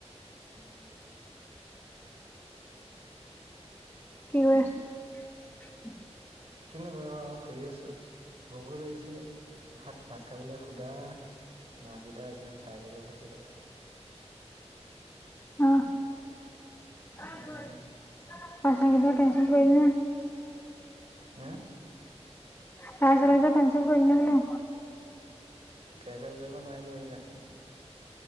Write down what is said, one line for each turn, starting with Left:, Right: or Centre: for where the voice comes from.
Right: উম।
Left: কি কৰি আছ
Right: কিনো কৰিম আৰু শুই আছো। ভোগো লাগিছে, ভাত ভাত খাবলে শুদা। মাছকেইটা আছে ফ্ৰাই কৰিব কৈছোঁ তাকে।
Left: অঁহ। পাৰ্চেল
Right: উম।
Left: কেইটা কেঞ্চেল কৰিলি নে?
Right: উম?
Left: পাৰ্চেল কেইটা কেঞ্চেল কৰিলি নে বোলো।
Right: কেঞ্চেল কৰিব নোৱাৰিলো সেইকেইটা।